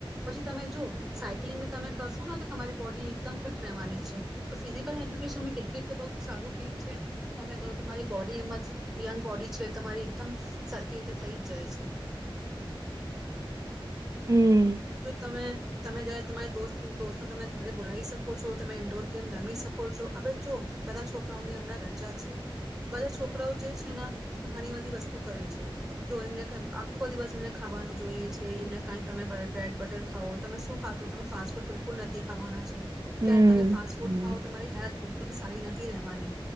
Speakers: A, in the centre; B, on the right (about 35°).
A: પછી તમે જો સાયકલિંગ બી તમે કરશો ને તો તમારી બોડી એકદમ ફિટ રહેવાની છે. તો ફિઝિકલ એજ્યુકેશન ક્રિકેટ તો બહ સારું ગેમ છે તમે કો તમારી બોડી એમાં યંગ બોડી છે તમારી કમ સરખી રીતે થઈ જાય છે. <inaudible>
B: હમ
A: તમે તમે જારે તમારી દોસ્ત દોસ્તું તમે ઘરે બોલાવી શકો છો તમે ઈન્ડોર ગેમ રમી શકો છો હવે જો બધા છોકરાઓની અમના રજા છે તો બધા છોકરાઓ જે છે ને ઘણી બધી વસ્તુ કરે છે જો એમને આખો દિવસ એમને ખાવાનું જોઈએ છે એમને કઈ તમે બ્રેડ બટર ખાવો તમે શું ખાવો તો તમે ફાસ્ટ ફૂડ બિલકુલ નથી ખાવાના છે
B: હમ
A: તે તમે ફાસ્ટ ફૂડ
B: હમ
A: ખાવો તમારી હેલ્થ બિલકુલ બી સારી નથી રહેવાની.